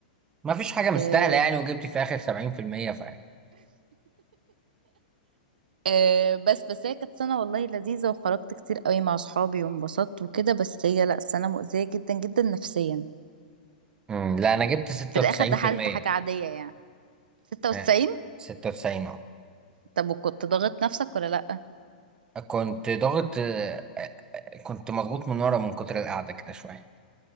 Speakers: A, on the right; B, on the right.
A: ما فيش حاجه مستاهله
B: أه
A: يعني وجبت في اخر 70% ف
B: أه بس بس هي كانت سنة والله لذيذة وخرجت كتير قوي مع صحابي وانبسطت وكده بس هي لا سنة مؤذية جدا جدا نفسيا
A: مم، لا انا جبت 96%
B: في الاخر دخلت حاجة عادية يعني 96
A: ها 96 اه
B: طب وكنت ضاغط نفسك ولا لا
A: كنت ضاغط آه، آه، آه، كنت مضغوط من ورا من كتر القعده كده شويه